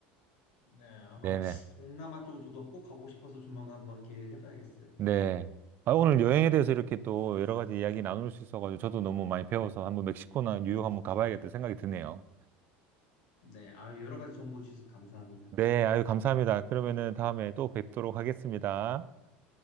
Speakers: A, on the left; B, on the right.
A: 네, 아마
B: 네네.
A: 동남아 쪽은 저도 꼭 가고 싶어서 조만간 한번 계획을 해봐야겠어요.
B: 네. 아, 오늘 여행에 대해서 이렇게 또 여러 가지 이야기 나눌 수 있어가지고 저도 너무 많이 배워서 한번 멕시코나 뉴욕 한번 가봐야겠다 생각이 드네요.
A: 네, 아, 여러 가지 정보 주셔서 감사합니다.
B: 네, 아유, 감사합니다. 그러면은 다음에 또 뵙도록 하겠습니다.